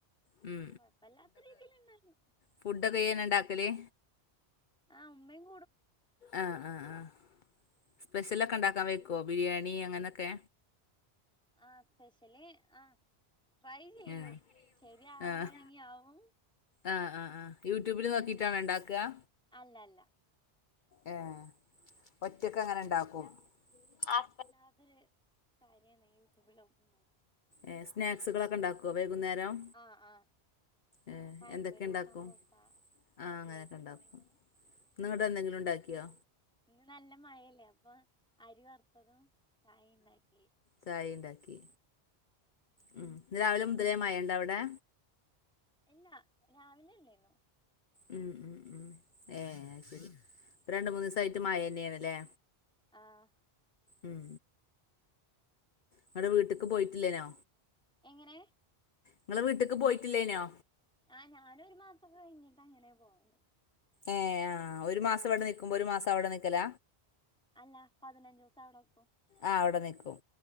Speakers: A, on the left; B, in the centre.
A: ഉം
B: കൊഴപ്പല്ലാത്ത രീതില് ഇണ്ടാക്കു
A: ഫുഡ്‌ഒക്ക ഇയ്യെന്നണ്ടാക്കല്
B: ആഹ് ഉമ്മയു
A: ആഹ് ആഹ് ആഹ് സ്പെഷ്യലൊക്കെ ണ്ടാക്കാൻ വയ്ക്കുവോ ബിരിയാണി അങ്ങനൊക്കെ
B: ആഹ് സ്പെഷ്യല് ആഹ് ട്രൈ ചെയ്യൂം
A: ആഹ്
B: ശെരിയാവുവാണെങ്കി
A: ആഹ്
B: ആവു
A: ആഹ് ആഹ് ആഹ് യൂട്യൂബില് നോക്കിട്ടാണോ ഇണ്ടാക്ക അ
B: അല്ല അല്ല
A: ഏ ഹ് ഒറ്റക്കങ്ങനെ ഇണ്ടാക്കും അസ്
B: അത് കാര്യന്ന് യു ടുബില് നോ
A: ഏഹ് സ്നാക്സുകളൊക്കെ ഉണ്ടാക്കുവോ വൈകുന്നേരം
B: ആഹ് ആഹ്
A: ഏഹ്
B: പഴംപൊരി
A: എന്തൊക്കെ ഇണ്ടാക്കു
B: സമൂസ
A: ആഹ്
B: കട്ട്ലേറ്റ്
A: അങ്ങനൊക്കെ ഇണ്ടാക്കും
B: അങ്ങനെ
A: ന്നിങ്ങട് ന്തെങ്കിലും ണ്ടാക്കിയോ?
B: ഇന്ന് നല്ല മഴല്ലേ അപ്പൊ അരി വറുത്തതും ചായേണ്ടാക്കി
A: ചായേണ്ടാക്കി ഉ ഇന്ന് രാവിലെ മുതലേ മയ്യേണ്ടാവിടെ?
B: ഇല്ല രാവിലില്ലേനു
A: ഉം ഉം ഉം ഏ ശരി രണ്ട് മൂന്ന് ദിസായിട്ട് മായ ന്നെയണല്ലേ
B: ആഹ്
A: ഉം ങ്ങടെ വീട്ട്ക്ക് പോയിട്ടില്ലേനോ?
B: എങ്ങനെ
A: ഇങ്ങള് വീട്ട്ക്ക് പോയിട്ടില്ലേനോ
B: ആഹ് ഞാനൊരു മാസംക്കെ കഴിഞ്ഞിട്ട് അങ്ങനെ പോവല്
A: ഏ ആഹ് ഒരു മാസം ഇവിടെ നിക്കുമ്പോ ഒരു മാസം അവടെ നിക്കല
B: അല്ല പതിനഞ്ചൂസം അവടെക്കും
A: ആഹ് അവടെ നിക്കും